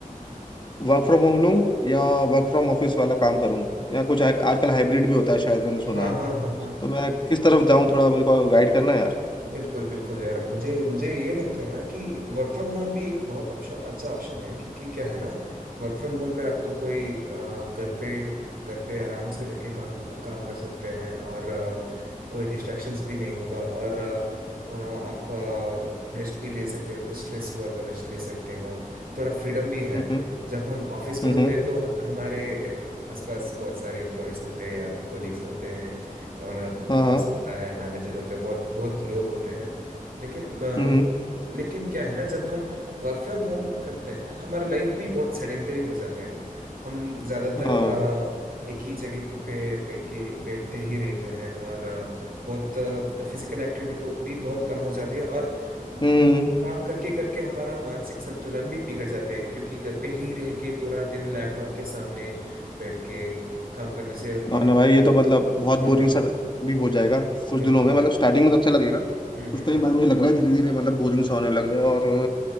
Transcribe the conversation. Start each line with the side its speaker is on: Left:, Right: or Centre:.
Left: वर्क फ्रॉम होम लूँ या वर्क फ्रॉम ऑफिस वाला काम करूँ या कुछ आ- आजकल हाइब्रिड भी होता है शायद मैंने सुना
Right: हाँ
Left: है
Right: हाँ हाँ हाँ
Left: तो मैं किस तरफ जाऊँ थोड़ा मेरे को गाइड करना है यार
Right: बिल्कुल बिल्कुल यार मुझे मुझे ये लगता है ना कि वर्क फ्रॉम होम भी एक बहुत अच्छा अच्छा ऑप्शन है क्योंकि क्या है ना वर्क फ्रॉम होम पे आपको कोई अ, घर पे घर पे आराम से रह के काम काम कर सकते हैं और अ, कोई डिस्ट्रैक्शंस भी नहीं होगा और अ, अ, आप रेस्ट भी ले सकते हो कुछ स्ट्रेस हुआ तो रेस्ट ले सकते हो थोड़ा फ्रीडम भी है
Left: हम्म
Right: जब हम ऑफिस में
Left: हम्म
Right: होते
Left: हम्म,
Right: हैं तो ह- हमारे <laughs> आसपास बहुत सारे एम्प्लॉयज होते हैं या फिर कोलिग्स होते हैं और
Left: हाँ
Right: बॉस
Left: हाँ
Right: होता है मैनेजर होते हैं बहुत बहुत लोग होते हैं लेकिन अ,
Left: हम्म
Right: लेकिन क्या है ना जब हम वर्क फ्रॉम होम करते हैं हमारा लाइफ भी बहुत सेडेंटरी हो जाता है हम ज़्यादातर
Left: हाँ
Right: अ, एक ही जगह के पे बैठ के बैठते ही रहते हैं और अ, बहुत फिजिकल एक्टिविटी भी बहुत कम हो जाती है और अम,
Left: हम्म
Right: काम करके करके हमारा मानसिक संतुलन भी बिगड़ जाते हैं क्योंकि घर पे ही रह के पूरा दिन लैपटॉप के सामने बैठ के काम करने से मा-
Left: हाँ ना भाई ये तो मतलब बहुत
Right: हाँ
Left: बोरिंग
Right: हाँ
Left: सा भी हो जाएगा कुछ
Right: बिल्कुल
Left: दिनों में
Right: है
Left: मतलब स्टार्टिंग में तो अच्छा लगेगा
Right: हम्म
Left: कुछ
Right: हम्म
Left: टाइम
Right: हम्म
Left: बाद मुझे लग रहा है धीरे धीरे मतलब बोरिंग सा होने लगे और